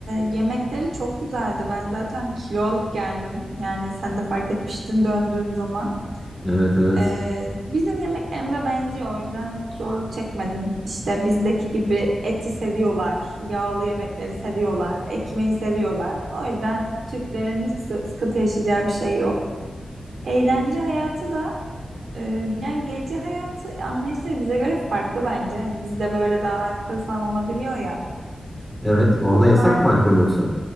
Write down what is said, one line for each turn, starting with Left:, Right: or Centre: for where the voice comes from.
Right: yemekleri çok güzeldi. Ben zaten kilo alıp geldim. Yani sen de fark etmiştin döndüğüm zaman.
Centre: Evet evet.
Right: Ee, bizim yemeklerimize benziyor o yüzden hiç zorluk çekmedim. İşte bizdeki gibi eti seviyorlar, yağlı yemekleri seviyorlar, ekmeği seviyorlar. O yüzden Türklerin hiç sı- sıkıntı yaşayacağı bir şey yok. Eğlence hayatı da e, yani gece hayatı anlayışları bize göre farklı bence. Hani bizde böyle daha alkol falan olabiliyor ya.
Centre: Evet orada
Right: Onlar
Centre: yasak mı alkol yoksa?